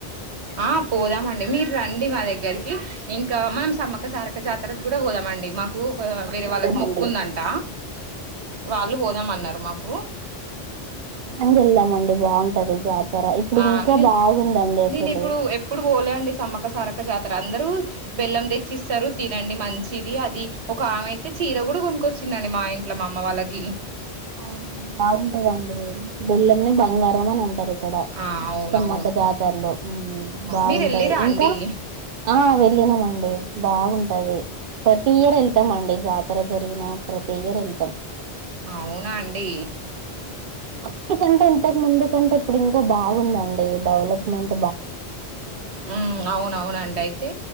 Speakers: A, on the right; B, on the right.
A: ఆ పోదామండి మీర్ రండి మా దగ్గరికి ఇంకా మనం సమ్మక్క సారక్క జాతరకు కూడా పోదాంమండి మాకు కు ఒక వేరే
B: వెళ్దామండి
A: వాళ్ళకి మోక్కు ఉందంట వాళ్ళు పోదామన్నారు మా కు
B: అండి వెళ్దామండి బాగుంటది జాతర ఇప్పుడు
A: ఆ
B: ఇంకా
A: నె-నేను
B: బాగుందండి అసలు
A: ఇప్పుడు ఎప్పుడు పోలేండి సమ్మక సారక్క జాత్ అందరు బెల్లం తెచ్చిస్తారు తినండి మంచిది అది ఒక ఆమె అయితే చీర కూడా కొనుక్కొచ్చిందండి మా ఇంట్లో మా అమ్మ వాళ్ళకి
B: అవునా బాగుంటదండి బెల్లంని బంగారం అని అంటరు ఇక్కడ
A: ఆ అవునవును
B: సమ్మక్క జాతరలో ఉమ్ బాగుంటది
A: మీరు వెళ్ళిరా
B: ఇంకా
A: అండి
B: ఆ వెళ్లినం అండి బాగుంటది ప్రతి ఇయర్ ఎళ్తాం అండి జాతర జరిగినా ప్రతి ఇయర్ ఎళ్తాం
A: అవునా అండి
B: అత్తి కంటే ఇంతక ముందు కంటె ఇప్పుడు ఇంకా బాగుందండి డెవలప్ మెంట్
A: ఉమ్ అవునవునండి అయితే